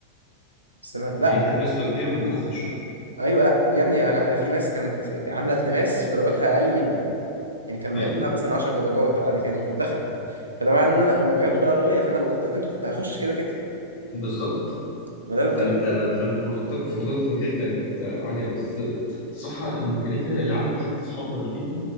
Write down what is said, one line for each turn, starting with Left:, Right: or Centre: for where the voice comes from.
Right: بس انا لا
Left: يعني انت بنسبه كبيره كنت هتخشها
Right: ايوه لا يا ابني انا انا في ناس كانت عامله التماس درجاتها اقل مني يعني كان
Left: ايوه
Right: ناقصها مثلا 10 درجات على ميكانيكا ودخلت فده معناه ان هم بياخدوا بالاولويه فانا لو كنت قدمت كنت هخش كده كده
Left: بالظبط
Right: ما ده اللي
Left: فانت
Right: بتكلم فيه
Left: فانت فرصتك فرصتك في الميكانيكا كانت عاليه بس الصراحه الميكانيكا العيال اللي حتى اصحابنا اللي فيها